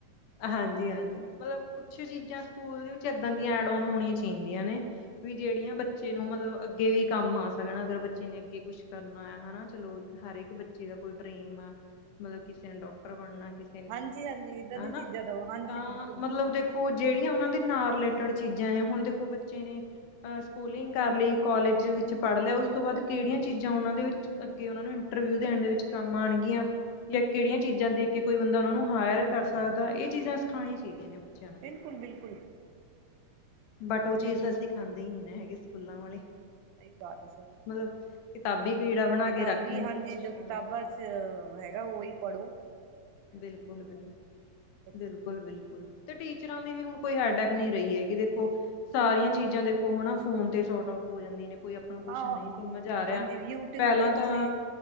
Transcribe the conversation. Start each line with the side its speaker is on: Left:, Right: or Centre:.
Left: ਹਾਂਜੀ-ਹਾਂਜੀ ਮਤਲਬ ਕੁਛ ਚੀਜ਼ਾਂ ਸਕੂਲ ਦੇ ਵਿੱਚ ਏਦਾਂ ਦੀਆਂ ਐਡ ਔਨ ਹੋਣੀਆਂ ਚਾਹੀਦੀਆਂ ਨੇ ਵੀ ਜੇੜੀਆਂ ਬੱਚੇ ਨੂੰ ਮਤਲਬ ਅੱਗੇ ਵੀ ਕੰਮ ਆ ਸਕਣ ਅਗਰ ਬੱਚੇ ਨੇ ਅੱਗੇ ਕੁਛ ਕਰਨਾ ਹੈ ਹੈਨਾ ਚਲੋ ਹਰ ਏਕ ਬੱਚੇ ਦਾ ਕੋਈ ਡਰੀਮ ਆ ਮਤਲਬ ਕਿਸੇ ਨੇ ਡਾਕਟਰ ਬਣਨਾ ਕਿਸ
Right: ਹਾਂਜੀ-ਹਾਂਜੀ ਏਦਾਂ ਦੀ
Left: ਤਾਂ ਮਤਲਬ
Right: ਚੀਜ਼ਾਂ ਦਵੋ ਹਾਂਜੀ ਬਿਲਕੁਲ।
Left: ਮਤਲਬ ਦੇਖੋ ਜੇੜੀਆਂ ਉਨਾਂ ਦੇ ਨਾਲ ਰਿਲੇਟਿਡ ਚੀਜ਼ਾਂ ਨੇ ਹੁਣ ਦੇਖੋ ਬੱਚੇ ਨੇ- ਸਕੂਲਿੰਗ ਕਰ ਲਈ ਕੋਲਜ ਵਿੱਚ ਪੜ੍ਹ ਲਿਆ ਉਸ ਤੋਂ ਬਾਅਦ ਕਿਹੜੀਆਂ ਚੀਜ਼ਾਂ ਓਨਾਂ ਦੇ ਵਿੱਚ ਅੱਗੇ ਓਨਾਂ ਨੂੰ ਇੰਟਰਵਿਊ ਦੇਣ ਦੇ ਵਿੱਚ ਕੰਮ ਆਣਗੀਆਂ। ਜਾਂ ਕੇੜੀਆਂ ਚੀਜ਼ਾਂ ਦੇਖ ਕੇ ਕੋਈ ਬੰਦਾ ਓਨਾਂ ਨੂੰ ਹਾਯਰ ਕਰ ਸਕਦਾ ਏ ਚੀਜ਼ਾਂ ਸਿਖਾਣੀਆਂ ਚਾਹੀਦੀਆਂ ਨੇ ਬੱਚਿਆਂ ਨੂੰ
Right: ਬਿਲਕੁਲ-ਬਿਲਕੁਲ।
Left: ਬਟ ਉਹ ਚੀਜ਼ ਸੀਂਖਾਂਦੇ ਨੀ ਨਾ ਹੈਗੇ ਸਕੂਲਾਂ ਵਾਲੇ
Right: ਸਹੀ ਬਾਤ ਐ ਸਹੀ
Left: ਮਤਲਬ ਕਿਤਾਬੀ ਕੀੜਾ ਬਣਾ
Right: ਕਿਤਾਬੀ
Left: ਕੇ ਰੱਖਦੇ ਨੇ
Right: ਹਾਂਜੀ
Left: ਬੱਚਿਆਂ
Right: ਜੋ ਕਿਤਾਬਾਂ
Left: ਨੂੰ
Right: ਚ ਹੈਗਾ ਓਈ ਪੜੋ-
Left: ਬਿਲਕੁਲ-ਬਿਲਕੁਲ,
Right: ਬੱਚਿਆਂ
Left: ਬਿਲਕੁਲ-ਬਿਲਕੁਲ।
Right: ਨੂੰ।
Left: ਤੇ ਟੀਚਰਾਂ ਦੀ ਵੀ ਹੁਣ ਕੋਈ ਹੈਡਕ ਨਈ ਰਹੀ ਹੈਗੀ ਦੇਖੋ ਸਾਰੀਆਂ ਚੀਜ਼ਾਂ ਦੇਖੋ ਹਣਾ ਫੋਨ ਤੇ ਸੋਰਟ ਆਉਟ ਹੋ ਜਾਂਦੀਆਂ ਨੇ ਕੋਈ ਆਪ ਨੂੰ ਕੁਛ
Right: ਹਾਂ,
Left: ਨਹੀਂ ਸਮਝ ਆ ਰਿਹਾ
Right: ਹਾਂਜੀ ਯੂਟਿਊਬ
Left: ਪੈਲਾਂ
Right: ਚ
Left: ਤਾਂ
Right: ਤੁਸੀਂ